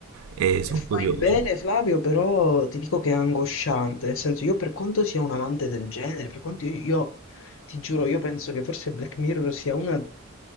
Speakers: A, on the right; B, on the left.
A: e sono curioso.
B: Fai bene Flavio, però ti dico che è angosciante, nel senso io per quanto sia un amante del genere, per quanto io, io- ti giuro, io penso che forse Black Mirror sia una,